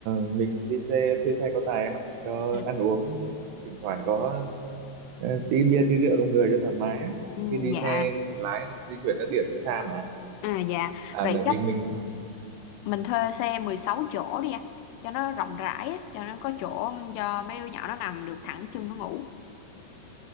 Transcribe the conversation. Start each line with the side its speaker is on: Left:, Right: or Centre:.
Right: mình đi xe thuê xe có tài em ạ cho
Left: <laughs>
Right: ăn uống thỉnh thoảng có ờ, tí bia tí rượu trong người cho thoải mái á
Left: Ừ. Ừ,
Right: khi đi
Left: dạ.
Right: xe tự lái di chuyển các điểm cũng xa mà
Left: À dạ,
Right: à
Left: vậy
Right: mình
Left: chắc
Right: mình, mình
Left: mình thuê xe 16 chỗ đi anh, cho nó rộng rãi á, cho nó có chỗ cho mấy đứa nhỏ nó nằm được thẳng chân nó ngủ.